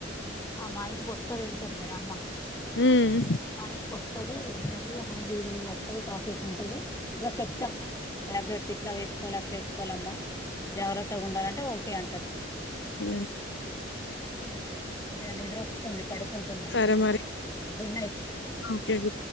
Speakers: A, on the left; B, on the left.
A: మా ఇంటికి కొస్తాది వెళ్తాదిగా అమ్మ
B: ఉమ్
A: మా ఇంటికి వస్తది వెళ్తాది ఆ రోజు ఈవినింగ్ వస్తది కాసేపు ఉంటంది చెప్తా టాబ్లెట్స్ ఇట్లా వేసుకోవాలి అట్లా వేసుకోవాలమ్మా జాగ్రత్తగా ఉండాలంటే ఓ తే అంటారు
B: హ
A: నాకి ఇగ నిద్ర వస్తుంది పడుకుంటున్న
B: సరే మరి
A: గుడ్ నైట్
B: ఓకే గు